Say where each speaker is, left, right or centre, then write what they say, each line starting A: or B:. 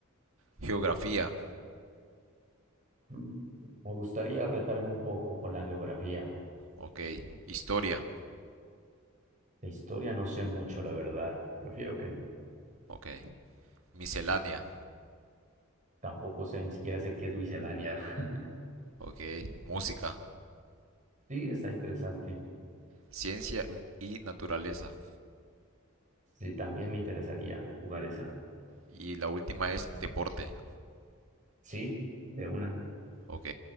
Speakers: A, on the right; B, on the right.
A: geografía.
B: Mm, Me gustaría retarme un poco con la geografía.
A: Ok. Historia.
B: De historia no sé mucho, la verdad. Prefiero que no.
A: Ok. Miscelánea.
B: Tampoco sé, ni siquiera sé qué es miscelánea. <laughs>
A: Ok. Música.
B: Sí, está interesante.
A: Ciencia y naturaleza.
B: Sí, también me interesaría jugar esa.
A: Y la última es deporte.
B: Sí, de una.
A: Ok.